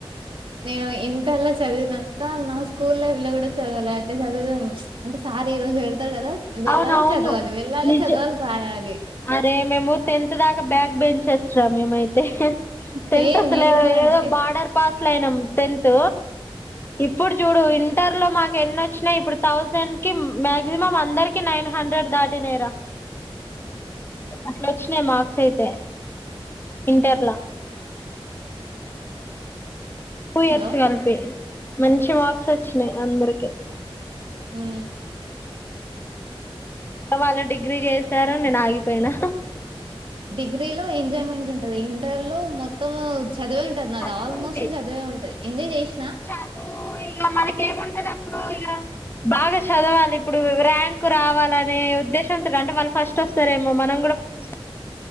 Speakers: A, on the right; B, on the left.
A: నేను ఇంటర్లో చదివినంత నా స్కూల్ లైఫ్ లో కూడా చదవాలే అట్ల చదివాం అంటే సార్ ఈ రోజు పెడతడు కదా వెళ్ళాలి
B: అవునవును
A: చదవాలి వెళ్ళాలి
B: నిజ
A: చదవాలి రాయాలి
B: అరే మేము టెన్త్ దాకా బ్యాగ్ బెంచర్స్రా మేమయితే టెన్త్
A: సేమ్
B: అసలు
A: నేను కూడా
B: ఏదో
A: అంతే
B: బార్డర్ పాస్ల అయినాం టెన్త్ ఇప్పుడు చూడు ఇ ఇంటర్ లో మాకు ఎన్ని వచ్చినయి ఇప్పుడు థౌజండ్ కి మాక్సిమం అందరికి నైన్ హండ్రెడ్ దాటినయిరా
A: అ
B: అట్లోచ్చినయి మార్క్స్ అయితే ఇంటర్లా టూ ఇయర్స్
A: హలో
B: కలిపి మంచి మార్క్స్ వచ్చినయి అందరికి
A: ఉమ్
B: ఇంగ వాళ్ళు డిగ్రీ చేశారు నేను ఆగిపోయినా
A: డిగ్రీ లో ఎంజాయ్మెంట్ ఉంటది ఇంటర్ లో మొత్తము చదివే ఉంటది నాది
B: చదువుంది
A: ఆల్మోస్ట్ చదివే ఉంటది ఎజాయ్ చేసిన
B: చదువు ఇక మనకేం ఉంటది అప్పుడు ఇక బాగా చదవాలి ఇప్పుడు ర్యాంకు రావాలనే ఉద్దేశంతోటి అంటే వాళ్ళు ఫస్ట్ వస్తరేమో మ నేను కూడా ఫస్ట్